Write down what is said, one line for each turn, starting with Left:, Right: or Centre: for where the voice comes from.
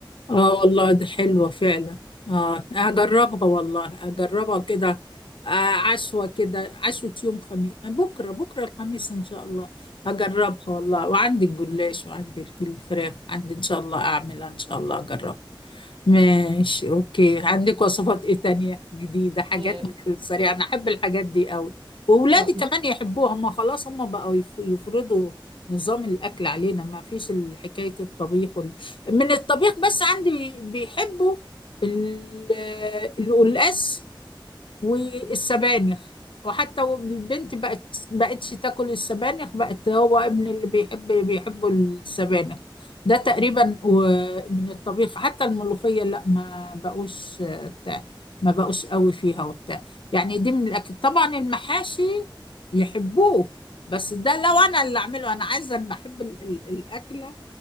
Left: اه والله دي حلوة فعلا اه هجربها والله هجربها كده آه عشوة كده عشوة يوم خميس آه، بكرة بكرة الخميس ان شاء الله هجربها والله وعندي الجلاش وعندي الفراخ عندي ان شاء الله اعملها ان شاء الله اجربها ماشي اوكي عندك وصفات ايه تانية جديدة حاجات
Right: إيه،
Left: من السريع انا احب الحاجات دي قوي واولادي
Right: آه،
Left: كمان
Right: من-
Left: يحبوها هم خلاص هم بقوا يف- يفرضوا نظام الاكل علينا ما فيش ال- حكاية الطبيخ وال... من الطبيخ بس عندي بي- بيحبوا ال- القلقاس والسبانخ وحتى البنت بقت بقتش تاكل السبانخ بقت هو ابني اللي بيحب بيحبوا السبانخ ده تقريبا و- من الطبيخ حتى الملوخية لا ما بقوش آه، بتاع ما بقوش قوي فيها وبتاع يعني دي من الأكل طبعا المحاشي يحبوه بس ده لو انا اللي اعمله انا عايزه أنا بحب ال- ال- الاكله